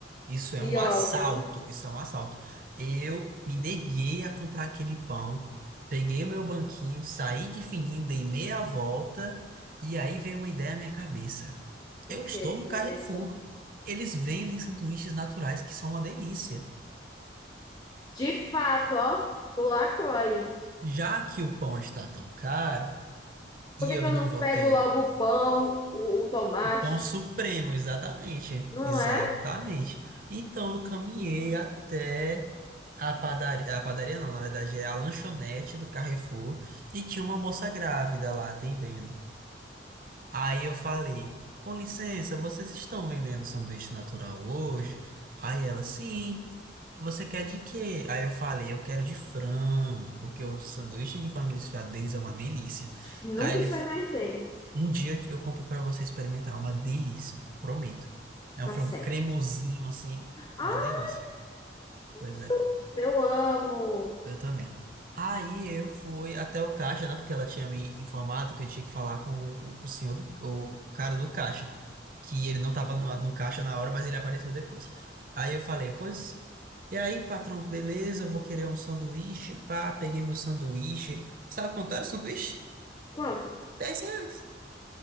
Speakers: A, on the right; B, on the left.
A: Isso é
B: Pior,
A: um assalto,
B: viu?
A: isso é um assalto. Eu me neguei a comprar aquele pão, peguei o meu banquinho, saí de fininho, dei meia volta, e aí veio uma ideia à minha cabeça.
B: O
A: Eu
B: que
A: estou
B: que
A: no
B: tu
A: Carrefour.
B: pensou?
A: Eles vendem sanduíches naturais que são uma delícia.
B: De fato, ó, tu lacrou aí.
A: Já que o pão está tão caro, e
B: Por que
A: eu
B: que eu
A: não
B: não
A: vou
B: pego
A: ter
B: logo o pão, o, o tomate?
A: O pão supremo, exatamente.
B: Não
A: Exatamente.
B: é?
A: Então eu caminhei até a padaria, a padaria não, na verdade é a lanchonete do Carrefour e tinha uma moça grávida lá atendendo. Aí eu falei: "Com licença, vocês estão vendendo sanduíche natural hoje?" Aí ela: "Sim. Você quer de quê?" Aí eu falei: "Eu quero de frango, porque o sanduíche de frango desfiado deles é uma delícia."
B: Nunca
A: Aí ele
B: experimentei.
A: um dia eu eu compro pra você experimentar. É Uma delícia, prometo. É
B: Tá
A: um frango
B: certo.
A: cremosinho, assim,
B: Ah,
A: uma delícia. Pois
B: isso
A: é,
B: eu amo.
A: eu também. Aí eu fui até o caixa, né? Porque ela tinha me informado que eu tinha que falar com o, o senhor do, o cara do caixa. Que ele não tava no, no caixa na hora, mas ele apareceu depois. Aí eu falei, pois. E aí, patrão, beleza, eu vou querer um sanduíche. Pá, peguei meu sanduíche. Sabe quanto era o sanduíche?
B: Quanto?
A: dez reais.